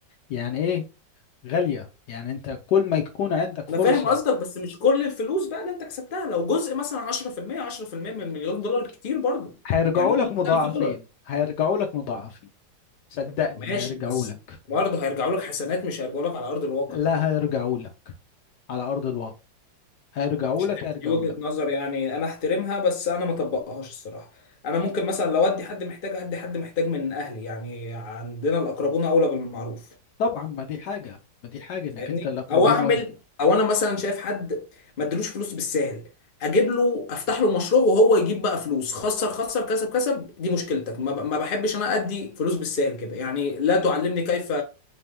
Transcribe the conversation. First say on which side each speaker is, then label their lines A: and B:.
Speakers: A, on the left; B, on the left.
A: يعني ايه غالية يعني انت كل ما يكون عندك فرصة
B: انا فاهم قصدك بس مش كل الفلوس بقى اللي انت كسبتها لو جزء مثلا 10% 10% من مليون دولار كتير برضو
A: هيرجعوا
B: يعني
A: لك
B: 100000
A: مضاعفين
B: دولار
A: هيرجعوا لك مضاعفين صدقني
B: ماشي
A: هيرجعوا
B: بس
A: لك
B: برضه هيرجعوا لك حسنات مش هيرجعوا لك على ارض الواقع
A: لا هيرجعوا لك على أرض الواقع هيرجعوا
B: مش
A: لك هيرجعوا
B: عارف دي وجهة
A: لك
B: نظر يعني انا احترمها بس انا ما اطبقهاش الصراحة انا ممكن مثلا لو ادي حد محتاج ادي حد محتاج من اهلي يعني عندنا الاقربون اولى بالمعروف
A: طبعا ما دي حاجة ما دي حاجة انك
B: فاهمني
A: انت الأقربون
B: او اعمل
A: أولى
B: او انا مثلا شايف حد ما ادلوش فلوس بالساهل اجيب له افتح له مشروع وهو يجيب بقى فلوس خسر خسر كسب كسب دي مشكلتك ما ب- ما بحبش انا ادي فلوس بالساهل كده يعني لا تعلمني كيف